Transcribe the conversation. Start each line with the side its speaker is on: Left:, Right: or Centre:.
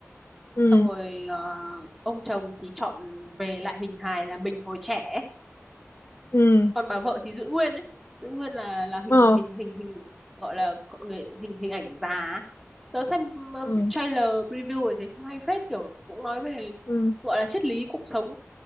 Left: ừ.
Centre: xong rồi ờ, ông chồng thì chọn về lại hình hài là mình hồi trẻ ấy.
Left: ừ
Centre: còn bà vợ thì giữ nguyên ấy giữ nguyên là là hình
Left: ờ
Centre: hình hình hình gọi là con người hình hình ảnh già ấy. tớ xem ờ,
Left: ừ
Centre: trailer preview rồi thấy cũng hay phết kiểu cũng nói về
Left: ừ
Centre: gọi là triết lý cuộc sống